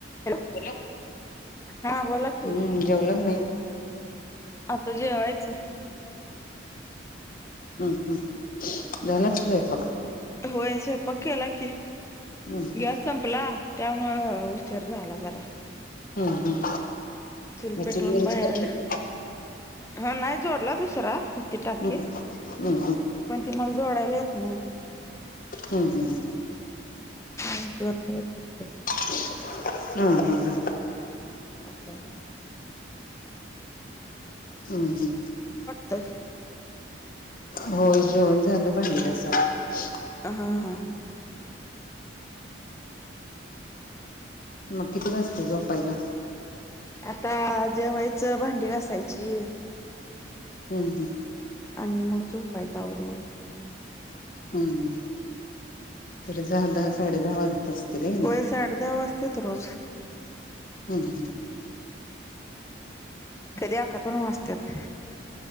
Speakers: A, on the left; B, on the left.
A: Hello
B: hello
A: हा बोला की
B: हम्म जेवलाक नाई?
A: आता जेवायचं.
B: हम्म हम्म झालाका स्वैपाक?
A: होय सैपाक केला की
B: हम्म
A: गॅस संपला त्यामुळं उशीर झाला जर् रा.
B: हम्म हम्म.
A: चुलपेटवून
B: चुलीवरच
A: बाहेर
B: करताय
A: हां नाय जोडला दुसरा. ती टाकी
B: हम्म हम्म
A: पनती मला जोडायला येत नाई.
B: हम्म हम्.
A: <unintelligible>
B: हम्म हम्म हम्.
A: असं.
B: हं हं.
A: त्
B: होय जेवन झालं भांडी घासायल
A: हां हां.
B: मग किती वाजतय झोपायला?
A: आता जेवायचं भांडी घासायची.
B: हम्म हम्म.
A: आणि मग झोपायच आवरून.
B: हम्म तरी झालं आज साडे दहा वाज तस्तील हइ किनइ
A: होय साडे दहा वाजतात रोज
B: हम्म हम्.
A: कदी अकरापन वाजत्यात.